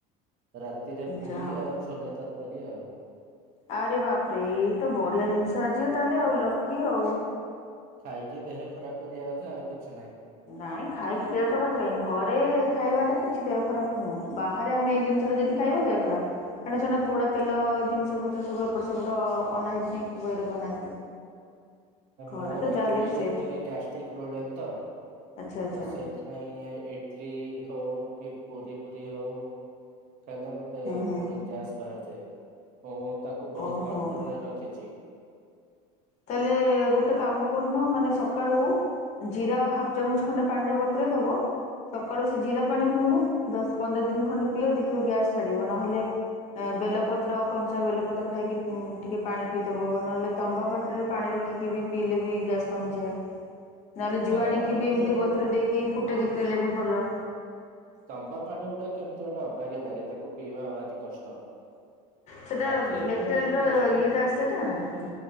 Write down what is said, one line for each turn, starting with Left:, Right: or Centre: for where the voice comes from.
Right: ରାତିରେ ପୁରୀ
Left: ଯାହା ହଉ।
Right: ଆଉ ଛୋଲେ ତରକାରୀ ଆଉ।
Left: ଆରେ ବାପରେ ଏଇତ ବଢିଆ ଜିନିଷ ଆଜିି ତାହେଲେ ଆଉ ଲକି ଆଉ।
Right: ଖାଇକି ଦେହ ଖରାପ କରିବା କଥା ଆଉ କିଛି ନାହିଁ।
Left: ନାଇଁ ଖାଇକି ଦେହ ଖରାପ କାଇହିଁ ଘରେ ଖାଇବା ଟା କିଛି ଦେହ ଖରାପ ନୁହଁ ବାହାରେ ଆମେ ଏଇ ଜିନିଷ ଟା ଯଦି ଖାଇବ ଦେହ ଖରାପ ଏଣେ ସେଣେ ପୋଡ଼ା ତେଲ ଜିନିଷ ପତ୍ର ସବୁ ଏପଟ ସେପଟ ଅନହାଇଜେନିକି ୱେରେ ବନାନ୍ତି। <inaudible> ଘରେ
Right: ମୋର
Left: ତ ଯାହାହେଲେ
Right: ଆକଚୁଆଲି
Left: ବି ସେଫ୍
Right: ଟିକେ ଗ୍ୟାଷ୍ଟ୍ରିକ ପ୍ରୋବ୍ଲେମ ତ।
Left: ଆଚ୍ଛା ଆଚ୍ଛା
Right: ତ ସେଇ ପାଇଁ ଇଟଲି ହଉ କି ପୁରୀ ପୁରୀ ହଉ ଖାଇଲେ ମତେ
Left: ହୁଁ ହୁଁ
Right: ପୁଣି ଗ୍ୟାସ୍ ବାହାରିଯାଏ, ମୁଁ ତାକୁ ବହୁତ
Left: ଓହୋ।
Right: କଣ୍ଟ୍ରୋଲ ରେ ରଖିଛି।
Left: ତାହେଲେ ଗୋଟେ କାମ କରୁନୁ ମାନେ ସକାଳୁ ଜିରା ହାଫ ଚାମଚ ଖଣ୍ଡେ ପାଣିର ବୋତରେଇ ଦେବ। ସକାଳୁ ସେ ଜିରା ପାଣି ପିଉନ ଦଶ ପନ୍ଦର ଦିନ ଖଣ୍ଡେ ପିଅ ଦେଖିବ ଗ୍ୟାସ୍ ଛାଡ଼ିବ, ନହେଲେ ବେଲପତ୍ର କଞ୍ଚା ବେଲପତ୍ର ଖାଇକି ଟିକେ ପାଣି ପିଇଦବ ନହେଲେ ତମ୍ବା ପ ତ୍ରରେ ପାଣି ରଖିକି ବି ପିଇଲେ ବି ଗ୍ୟାସ୍ କମିଯାଏ। ନହେଲେ ଜୁଆଣିକି
Right: ତମ୍ବା ପତ୍ର
Left: ବି ଏମିତି ବତରେଇ ଦେଇକି ଫୁଟକି ପିଇଲେ ବି ଭଲ।
Right: ତମ୍ବା ପାଣି ଗୁଡାକ କେମିତି ଗୋଟେ ଅବାଗା ଲାଗେ ତାକୁ ପିଇବା ଭାରି କଷ୍ଟ।
Left: ସେଇଟା
Right: ବାକି ଏବେ
Left: ମେଟାଲର
Right: ମୋର ଗ୍ୟାଷ୍ଟ୍ରିକ
Left: ଇଏଟା ଆସେଟ ହଁ